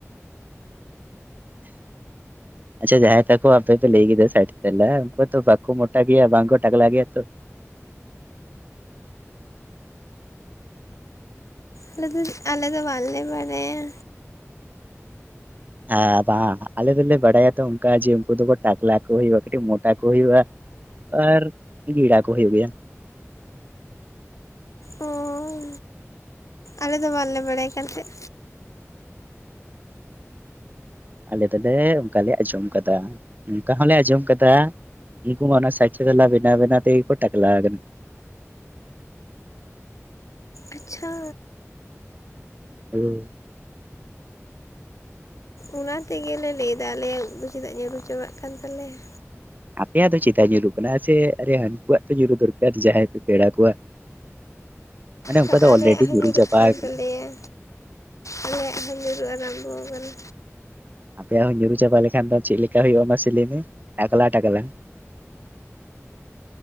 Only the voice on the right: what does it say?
ᱟᱪᱪᱷᱟ ᱡᱟᱦᱟᱸᱭ ᱛᱟᱠᱚ ᱟᱯᱮ ᱯᱮ ᱞᱟᱹᱭ ᱠᱮᱫᱟ ᱥᱟᱭᱤᱰ ᱛᱮᱞᱟ ᱩᱱᱠᱩ ᱛᱚ ᱵᱟᱠᱚ ᱢᱚᱴᱟ ᱜᱮᱭᱟ ᱵᱟᱝᱠᱚ ᱴᱟᱠᱞᱟ ᱜᱮᱭᱟ ᱛᱚ᱾
ᱟᱨ ᱵᱟᱝ ᱟᱞᱮ ᱫᱚᱞᱮ ᱵᱟᱲᱟᱭᱟ ᱛᱚ ᱚᱱᱠᱟ ᱡᱮ ᱩᱱᱠᱩ ᱫᱚᱠᱚ ᱴᱟᱠᱞᱟ ᱠᱚ ᱦᱩᱭᱩᱜ-ᱟ ᱠᱟᱹᱴᱤᱡ ᱢᱚᱴᱟ ᱠᱚ ᱦᱩᱭᱩᱜ-ᱟ᱾ ᱟᱨ ᱜᱤᱲᱟ ᱠᱚ ᱦᱩᱭᱩᱜ ᱜᱮᱭᱟ᱾
ᱟᱞᱮ ᱫᱚᱞᱮ ᱚᱱᱠᱟ ᱞᱮ ᱟᱸᱡᱚᱢ ᱠᱟᱫᱟ ᱚᱱᱠᱟ ᱦᱚᱸᱞᱮ ᱟᱸᱡᱚᱢ ᱠᱟᱫᱟ᱾ ᱩᱱᱠᱩ ᱢᱟ ᱚᱱᱟ ᱥᱟᱭᱤᱪᱞᱟ ᱵᱮᱱᱟᱣ-ᱵᱮᱱᱟᱣ ᱛᱮᱜᱮ ᱠᱚ ᱴᱟᱠᱞᱟ ᱦᱟᱠᱟᱱᱟ᱾
ᱦᱮᱸ᱾
ᱟᱯᱮᱭᱟᱜ ᱫᱚ ᱪᱮᱫᱟᱭ ᱧᱩᱨᱩᱜ ᱠᱟᱱᱟ ᱮᱥᱮ ᱦᱟᱹᱱᱠᱩᱣᱟᱜ ᱛᱚ ᱧᱩᱨᱩᱜ ᱫᱚᱨᱠᱟᱨ ᱡᱟᱦᱟᱸᱭ ᱯᱮ ᱯᱮᱲᱟ ᱠᱚᱣᱟ᱾ ᱢᱟᱱᱮ ᱚᱱᱠᱩᱣᱟᱟ
ᱫᱚ
ᱚᱞᱨᱮᱰᱤ
ᱧᱩᱨᱩ
ᱪᱟᱵᱟ
ᱠᱟᱱᱟ᱾
ᱟᱯᱮᱭᱟᱜ ᱦᱚᱸ ᱧᱩᱨᱩ ᱪᱟᱵᱟ ᱞᱮᱠᱷᱟᱱ ᱫᱚ ᱪᱮᱫ ᱞᱮᱠᱟ ᱦᱩᱭᱳᱜ-ᱟ ᱢᱟᱥᱮ ᱞᱟᱹᱭ ᱢᱮ᱾ ᱴᱟᱠᱞᱟ-ᱴᱟᱠᱞᱟ᱾